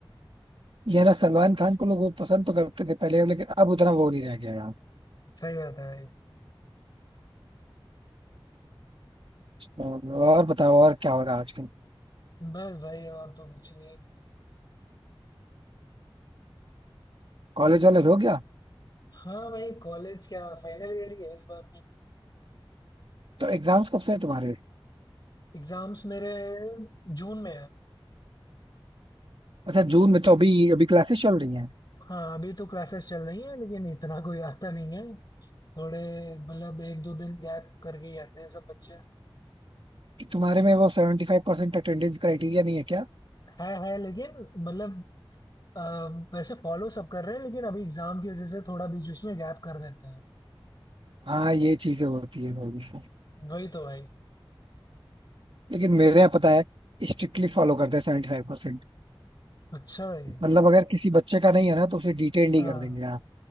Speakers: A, on the right; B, on the left.
A: ये है ना सलमान खान को लोग वो पसंद तो करते थे पहले लेकिन अब उतना वो नहीं रह गया यार
B: सही बात है भाई
A: और और बताओ और क्या हो रहा है आजकल
B: बस भाई और तो कुछ नहीं
A: कॉलेज वॉलेज हो गया
B: हाँ भाई कॉलेज क्या फाइनल ईयर ही है इस बार तो
A: तो एग्जाम्स कब से है तुम्हारे
B: एग्जाम्स मेरे जून में है
A: अच्छा जून में तो अभी अभी क्लासेस चल रही हैं
B: हाँ अभी तो क्लासेस चल रही हैं लेकिन इतना कोई आता नहीं है थोड़े मतलब एक दो दिन गैप करके ही आते हैं सब बच्चे
A: कि तुम्हारे में वो सेवेंटी फाइव परसेंट अटेंडेंस क्राइटेरिया नहीं है क्या
B: है है लेकिन मतलब अ, वैसे फॉलो सब कर रहे हैं लेकिन अभी एग्जाम की वजह से थोड़ा बीच बीच में गैप कर देते हैं
A: हाँ ये चीजें होती है थोड़ी सी।
B: वही तो भाई
A: लेकिन मेरे यहाँ पता है स्ट्रिक्टली फॉलो करते हैं सेवेंटी फाइव परसेंट
B: अच्छा भाई
A: मतलब अगर किसी बच्चे का नहीं है ना तो उसे डिटेन ही
B: हाँ
A: कर देंगे यार